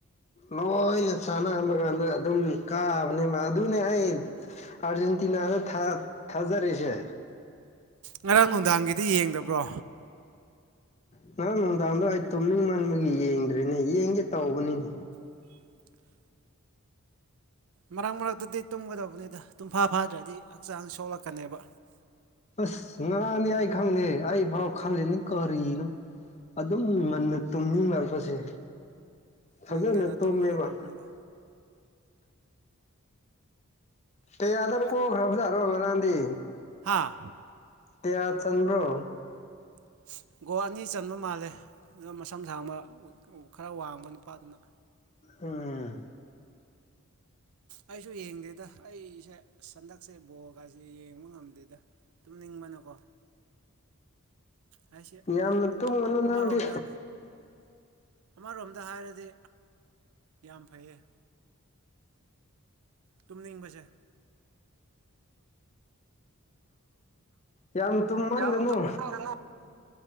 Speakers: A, on the left; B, on the right.
A: ꯂꯣꯏꯅ ꯆꯥꯟꯕ ꯀꯥꯟꯗ ꯑꯗꯨꯝ ꯀꯥꯕꯅꯦꯕ ꯑꯗꯨꯅꯦ ꯑꯩ ꯑꯥꯔꯖꯦꯟꯇꯤꯅꯥ ꯗ ꯊꯥ ꯊꯥꯖꯔꯤꯁꯦ
B: ꯉꯔꯥꯡ ꯅꯨꯡꯗꯥꯡꯒꯤꯗꯤ ꯌꯦꯡꯗꯕ꯭ꯔꯣ
A: ꯉꯔꯥꯡ ꯅꯨꯡꯗꯥꯡꯗꯣ ꯑꯩ ꯇꯨꯝꯅꯤꯡ ꯃꯟꯕꯒꯤ ꯌꯦꯡꯗ꯭ꯔꯤꯅꯦ ꯌꯦꯡꯒꯦ ꯇꯧꯕꯅꯤꯅꯦ
B: <inaudible> ꯃꯔꯛ ꯃꯔꯛꯇꯗꯤ ꯇꯨꯝꯒꯗꯕꯅꯤ ꯑꯗ ꯇꯨꯝꯐꯥ ꯐꯥꯗ꯭ꯔꯗꯤ ꯍꯛꯆꯥꯡ ꯁꯣꯛꯂꯛꯀꯅꯦꯕ
A: ꯑꯁ ꯉꯔꯥꯡꯅꯤ ꯑꯩ ꯈꯪꯗꯦ ꯑꯩ ꯐꯥꯎ ꯈꯜꯂꯤꯅꯤ ꯀꯔꯤꯅꯣ ꯑꯗꯨꯝ ꯉꯟꯅ ꯇꯨꯝꯅꯤꯡꯂꯛꯄꯁꯦ ꯐꯖꯅ
B: ꯉꯟ ꯉꯟꯅ
A: ꯇꯨꯝꯃꯦꯕ
B: ꯇꯨꯝꯕꯅ ꯐꯕꯅꯤꯗ
A: ꯛꯌꯥꯗ ꯄꯣꯈ꯭ꯔꯕꯖꯥꯠꯅꯣ ꯉꯥꯔꯥꯡꯗꯤ
B: ꯍꯥꯥ
A: ꯀꯌꯥ ꯆꯟꯕ꯭ꯔꯣ
B: <inaudible> ꯒꯣꯜ ꯑꯅꯤ ꯆꯟꯕ ꯃꯥꯜꯂꯦ ꯑꯗꯨꯅ ꯃꯁꯝ ꯁꯥꯡꯕ ꯈꯔ ꯋꯥꯡꯕ ꯅꯨꯄꯥꯗꯨꯅ
A: ꯎꯝ
B: ꯑꯩꯁꯨ ꯌꯦꯡꯗꯦꯗ ꯑꯩꯁꯦ ꯁꯟꯗꯛꯁꯦ ꯕꯣꯜꯒꯁꯦ ꯌꯦꯡꯕ ꯉꯝꯗꯦꯗ ꯇꯨꯝꯅꯤꯡꯕꯅꯀꯣ ꯑꯩꯁꯦ
A: ꯌꯥꯝꯅ ꯇꯨꯝꯒꯅꯨ
B: ꯑꯃꯔꯣꯝꯗ
A: ꯅꯪꯗꯤ
B: ꯑꯃꯔꯣꯝꯗ ꯍꯥꯏꯔꯗꯤ ꯌꯥꯝ ꯐꯩꯌꯦ ꯇꯨꯝꯅꯤꯡꯕꯁꯦ
A: ꯌꯥꯝ ꯇꯨꯝꯃꯟꯒꯅꯨ
B: ꯌꯥꯝ ꯇꯨꯝꯒꯅꯨ